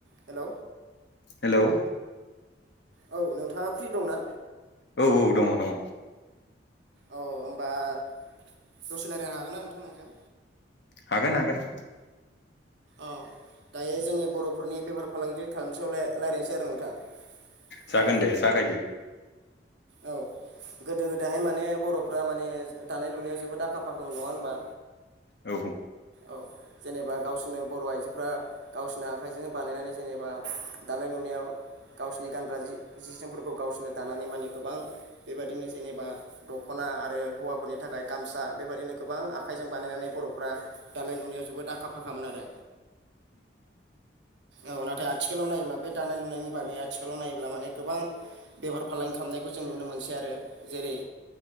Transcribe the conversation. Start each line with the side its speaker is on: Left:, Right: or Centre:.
Right: Hello
Left: hello
Right: औ नोंथाङा free दंना
Left: औ औ दङ दङ
Right: औ होनोमबा दसे रायजल्लायनो हागोन ना नोंथां नोंजों
Left: हागोन हागोन
Right: औ दायो जोंनि बर'फोरनि बेफार फालांगि खालामसेयाव रायज्लायनोसै आरो नोंथाङा
Left: जागोन दे जागायदो
Right: औ गोदो गोदायहाय माने बर'फ्रा माने दानाय लुनायाव जोबोद आखा फाखा नङा होनबा
Left: औ
Right: औ जेनेबा गावसोरनो बर' आइजोफ्रा गावसोरनो आखाइजोंजों बानायनानै जेनेबा दालाय नु गाव गावसोरनि गानग्रा जि जि जोमफोरखौ गावसोरनो दानानै माने गोबां बेबदिनो जेनेबा दख'ना आरो हौवाफोरनि थाखाय गामसा बेबायाददिनो गोबां आखाइजों बानायनानै बर'फ्रा दालाय नुनायाव जोबोद आखा फाखामोन आरो औ नाथाय आथिखालाव नायोब्ला बे दानाय लुनायनि बागै आथिखालाव नायोब्ला माने गोबां बेफार फालांगि खालामनायखौ जों नुनो मोनसै आरो जेरै